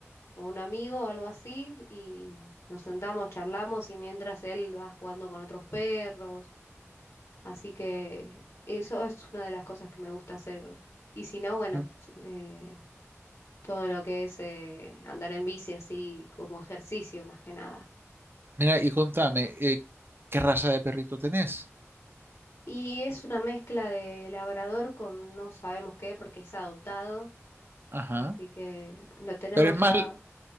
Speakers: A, on the left; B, on the right.
A: o un amigo o algo así y nos sentamos, charlamos y mientras él va jugando con otros perros. Así que eso es una de las cosas que me gusta hacer. Y si no, bueno,
B: M-
A: eh, todo lo que es eh, andar en bici así como ejercicio más que nada.
B: Mira, y contame, eh, ¿qué raza de perrito tenés?
A: Y es una mezcla de labrador con no sabemos qué porque es adoptado,
B: Ajá.
A: así que lo tenemos
B: Pero es más,
A: ya.